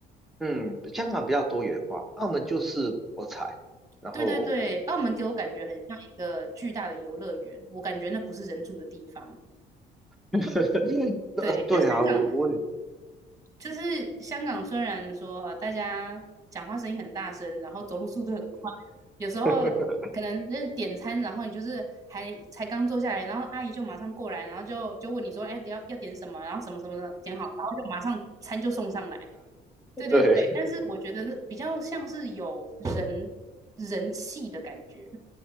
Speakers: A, in the centre; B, on the right.
A: 嗯，香港比较多元化，澳门就是博彩，然后，
B: 对对对，澳门给我感觉很像一个巨大的游乐园，我感觉那不是人住的地方。
A: <laughs> 呃，
B: 对，
A: 对啊，
B: 就香港，
A: 我我也
B: 就是香港，虽然说呃大家讲话声音很大声，然后走路速度很快，有时候可能那点餐，
A: <laughs>
B: 然后你就是还才刚坐下来，然后阿姨就马上过来，然后就就问你说，哎，要要点什么，然后什么什么的点好，然后就马上餐就送上来。对对对，
A: 对，
B: 但是我觉得比较像是有人人气的感觉。